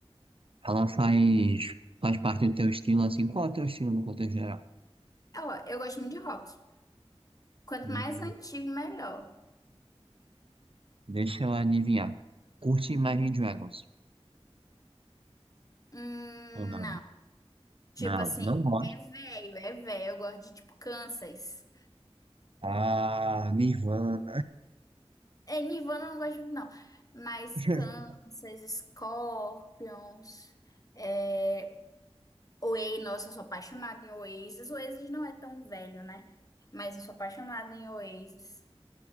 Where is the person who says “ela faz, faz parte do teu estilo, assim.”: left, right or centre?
Right